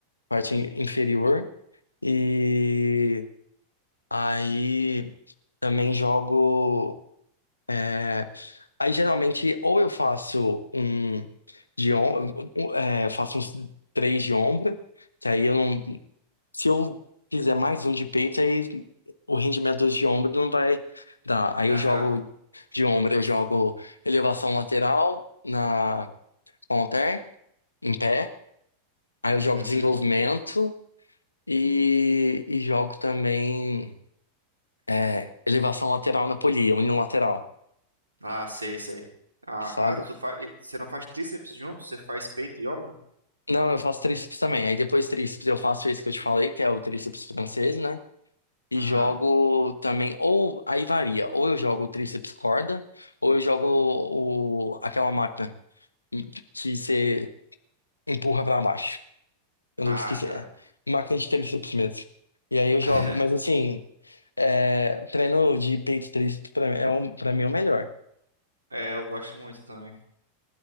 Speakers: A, on the left; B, on the right.
A: parte inferior. E aí também jogo. é, Aí geralmente ou eu faço um de om... um- é, eu faço uns três de ombro, que aí eu não. Se eu fizer mais um de peito, aí o rendimento dos de ombro não vai dar. Aí
B: Aham.
A: eu jogo de ombro, eu jogo elevação lateral na com halter, em pé. Aí eu jogo
B: Uhum.
A: desenvolvimento e, e jogo também. é, elevação lateral na polia, unilateral,
B: Ah, sei, sei. Ah,
A: sabe?
B: ah, tu faz. Você não faz tríceps junto? Você faz peito e ombro?
A: Não, eu faço tríceps também. Aí depois tríceps eu faço esse que eu te falei, que é o tríceps francês, né? E
B: Aham.
A: jogo também, ou aí varia, ou eu jogo o tríceps corda, ou eu jogo o, aquela máquina que você empurra pra baixo. Eu
B: Ah,
A: não esqueci,
B: tá.
A: é máquina de tríceps mesmo. E aí eu
B: <laughs>
A: jogo, mas assim, é, treino de peito e tríceps pra mim é, o- pra mim é o melhor.
B: É, eu gosto muito também.